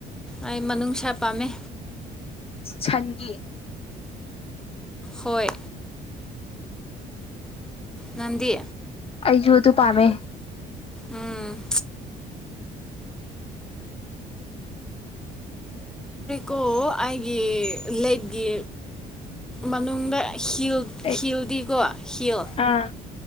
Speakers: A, in the centre; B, on the left.
A: ꯑꯩ ꯃꯅꯨꯡꯅꯨꯡꯁꯥ ꯄꯥꯝꯃꯦ
B: ꯁꯟꯒꯤ
A: ꯍꯣꯏ ꯅꯗꯤ
B: ꯑꯩꯁꯨ ꯑꯗꯨ ꯄꯥꯝꯃꯦ
A: ꯎꯝ ꯀꯣ ꯑꯩꯒꯤ ꯂꯦꯦꯛꯀꯤ ꯃꯅꯨꯡꯗ ꯍꯤꯜ
B: ꯑꯩ
A: ꯍꯤꯜꯗꯤꯀꯣ ꯍꯤꯜ
B: ꯑꯥ